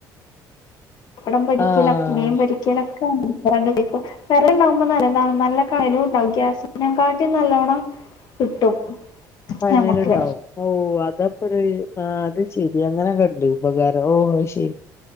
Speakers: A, on the left; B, on the left.
A: പപ്പടം പരിക്കല
B: ആഹ്
A: മീൻ പരിക്കലൊക്കെ <unintelligible> വറു കുണ്ടാവുമ്പോ നല്ല താകും ഉണ്ടാവും നല്ല കണ്ലൂണ്ടാവും ഗ്യാസ് നെ കാട്ടും നല്ലോവണം. കിട്ടും.
B: ഫനൽ
A: നമുക്ക്
B: ഉണ്ടാവും. ഓ അതപ്പോഴ് ആ അത് ശരി അങ്ങനെയൊക്കെ ഉണ്ട് ഉപകാരം ഓ ശരി.